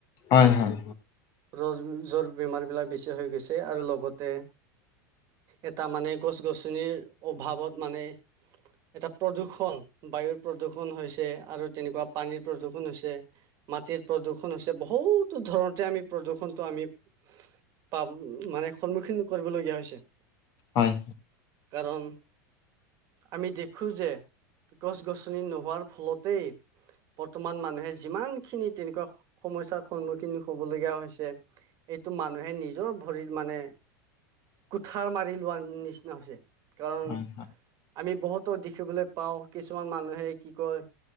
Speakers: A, on the left; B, on the right.
A: হয় হয়।
B: ৰজ-জ্বৰ বেমাৰবিলাক বেছি হৈ গৈছে আৰু লগতে, এটা মানে গছ-গছনিৰ অভাৱত মানে। এটা প্ৰদূৰ্ষণ বায়ুৰ প্ৰদূৰ্ষণ হৈছে আৰু তেনেকুৱা পানীৰ প্ৰদূৰ্ষণ হৈছে। মাটিৰ প্ৰদূষণ হৈছে বহুতো ধৰণতে আমি প্ৰদূৰষণটো আমি পাব মানে সন্মুখীন কৰিব লগীয়া হৈছে।
A: হয়।
B: কাৰণ, আমি দেখোঁ যে, গছ-গছনি নোহোৱাত ফলতেই বৰ্তমান মানুহে যিমান খিনি তেনেকুৱা সমস্যাৰ সন্মুখীন হবলগীয়া হৈছে। এইটো মানুহে নিজৰ ভৰিত মানে, কুঠাৰ মাৰি লোৱাৰ নিচিনা হৈছে। কাৰণ
A: হয়
B: আমি বহুতো দেখিবলৈ পাওঁ কিছুমান মানুহে কি কয়